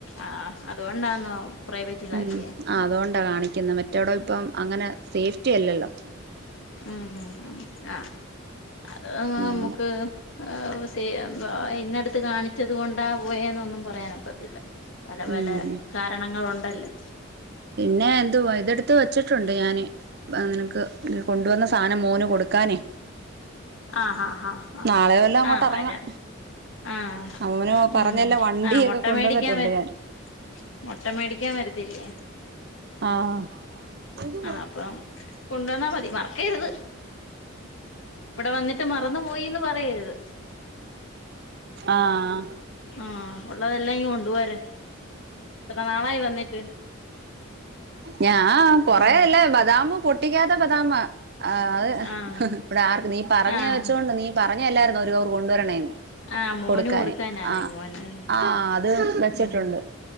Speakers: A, on the left (about 70°); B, on the right (about 50°).
A: ആഹ് അതുകൊണ്ടാന്നോ പ്രൈവറ്റിലാക്കിയേ
B: ഉം ആ അതുകൊണ്ടാ കാണിക്ക്ന്നെ മറ്റോടം ഇപ്പം അങ്ങനെ സേഫ്റ്റി അല്ലല്ലോ
A: ഉം ഉം ഉം ആ അത്‌ <unintelligible> നമ്മുക്ക്
B: അതുകൊണ്ടാ
A: <unintelligible> ഇന്നെ അട്ത്ത് കാണിച്ചെത് കൊണ്ടാ പോയെന്നൊന്നും പറയാൻ ഒക്കത്തില്ല പല പല
B: ഉം
A: കാരണങ്ങൾ ഉണ്ടല്ലോ?
B: പിന്നെ എന്തുവാ ഇത് എടുത്ത് വെച്ചിട്ടു ണ്ട് ഞാന് ബാ നിനെക്ക് കൊണ്ടുവന്ന സാനം മോന് കൊട്ക്കാനേ
A: ആഹ് ആഹ് ആഹ് ആഹ്
B: നാളെ
A: ഓക്കെ
B: വല്ലോം അങ്ങോട്ട്
A: ആഹ്
B: ഇറങ്ങാം
A: വരാം ആഹ്
B: അവന്
A: ഉം
B: പറഞ്ഞല്ലോ വണ്ടിയൊക്കെ
A: ആഹ് മൊട്ടമേടിക്കാൻ
B: കൊണ്ടുവന്നിട്ടുണ്ട്
A: വെര്
B: ഞാൻ
A: മൊട്ടമേടിക്കാൻ വരത്തില്ലെ?
B: ആഹ് ഉം
A: ആഹ് അപ്പം കൊണ്ടു വന്നാ മതി മർ ക്കെര്ത് ഇവടെ വന്നിട്ട് മറന്ന് പോയീന്ന് പറയെര്ത്
B: ആഹ്
A: ആഹ് ഒള്ളതെല്ലാം ഇങ്ങ് കൊണ്ട് പോര് എത്ര നാളായി വന്നിട്ട്
B: ഞാ കൊറെ
A: ഉം
B: അല്ലെ ബദാമ് പൊട്ടിക്കാത്ത ബദാമാ ആഹ് അഹ്
A: ആഹ്
B: ഇബടെ ആർക്ക് നീ പറഞ്ഞ്
A: ആഹ്
B: വെച്ചോണ്ട് നീ പറഞ്ഞെ അല്ലായിരുന്നോ ഒരു <unintelligible> കൊണ്ടു വരണേന്ന്
A: ആഹ് മോന്
B: കൊട്ക്കാന്
A: കൊടുക്കാനാണേ
B: ആഹ്
A: മോന്
B: ആഹ് അത് വെച്ചിട്ടുണ്ട്
A: ഉം